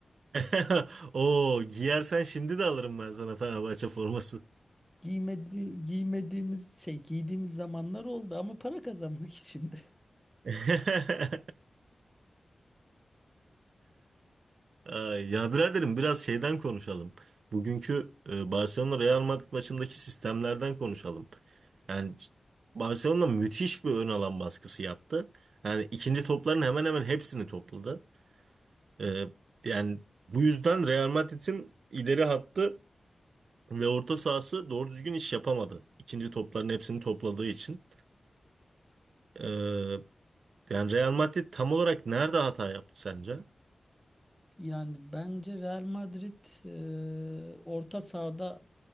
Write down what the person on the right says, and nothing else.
<laughs> Oo, giyersen şimdi de alırım ben sana Fenerbahçe forması.
<laughs> Ay, ya biraderim biraz şeyden konuşalım. Bugünkü e, Barcelona Real Madrid maçındaki sistemlerden konuşalım. Yani Barcelona müthiş bir ön alan baskısı yaptı. Yani ikinci topların hemen hemen hepsini topladı. Ee, yani bu yüzden Real Madrid'in ileri hattı ve orta sahası doğru düzgün iş yapamadı. İkinci topların hepsini topladığı için. Ee, yani Real Madrid tam olarak nerede hata yaptı sence?